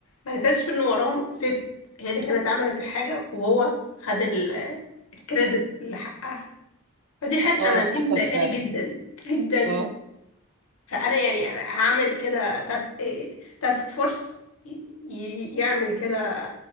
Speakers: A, on the left; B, on the right.
A: ما لقيتهاش في ان وراهم ست هي اللي كانت عملت الحاجة وهو خد ال- الكريدت اللي حقها فدي حاجة
B: اه
A: انا دي
B: حصل
A: مضايقاني
B: فعلا
A: جدا جدا
B: اه
A: فانا يعني هعمل كده تا- إيه، تاسك فورس ي- ي- يعمل كده